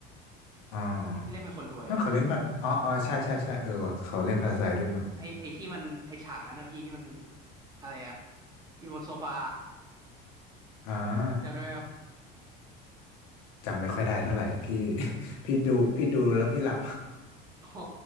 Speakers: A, on the left; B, on the right.
A: อ่า
B: ที่เล่นเป็นคนรวยอะ
A: ถ้าเขาเล่นภาอ๋ออ๋อใช่ใช่ใช่เออว่ะเขาเล่นภาษาด้วยนี่มั้ง
B: ไอไอที่มันไอฉากนั้นนะพี่ที่มันอะไรอะอยู่บนโซฟา
A: อ่า
B: จำได้ไหมครับ
A: จำไม่ค่อยได้เท่าไหร่พี่
B: อืม
A: <laughs> พี่ดูพี่ดูแล้วพี่หลับ
B: อ๋อ